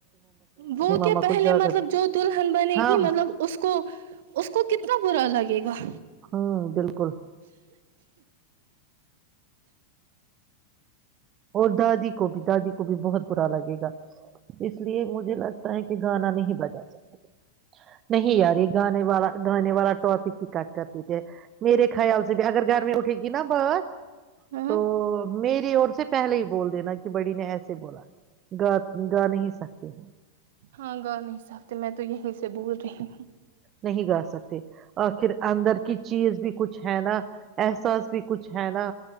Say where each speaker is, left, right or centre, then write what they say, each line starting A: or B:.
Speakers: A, on the right; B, on the right.
A: وہ
B: ماما
A: کیا پہلے
B: کو زیادہ
A: مطلب جو دلہن بنے
B: ہم
A: گی مطلب اس کو اس کو کتنا برا لگے گا
B: ہوں بالکل اور دادی کو بھی دادی کو بھی بہت برا لگے گا اس لیے مجھے لگتا ہے کہ گانا نہیں بجا سکتے نہیں یار یہ گانے والا گانے والا ٹاپک ہی کٹ کر لیتے ہیں میرے خیال سے بھی اگر گھر میں اٹھے گ <unintelligible>
A: ہاں
B: تو میری اور سے بولتے ہیںا کہ بڑی نے ایسے بولا گا گا نہیں سکتی ہ
A: ہاں گاؤ نہیں سابتے میں تو یہیں سے بول رہی ہوں
B: نہیں گا سکتے آخر اندر کی چیز بھی کچھ ہے نا احساس بھی کچھ ہے نا